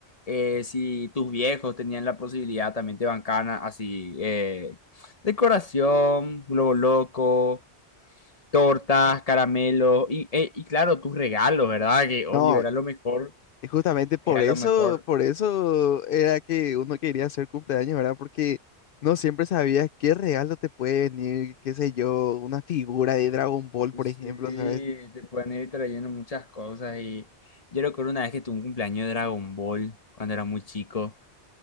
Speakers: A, on the left (about 35°); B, on the left (about 60°).
A: eh, si tus viejos tenían la posibilidad, también te bancaban a- así, eh, decoración, globo loco tortas, caramelos y, eh, y claro, tus regalos, ¿verdad? Que
B: No,
A: obvio era lo mejor,
B: Y justamente por
A: era
B: eso,
A: lo mejor.
B: por eso era que uno quería hacer cumpleaños, ¿verdad? Porque no siempre sabías qué regalo te puede venir, qué sé yo, una figura de Dragon Ball,
A: Sí,
B: por ejemplo, ¿sabes?
A: te pueden ir trayendo muchas cosas y yo recuerdo una vez que tuve un cumpleaños de Dragon Ball cuando era muy chico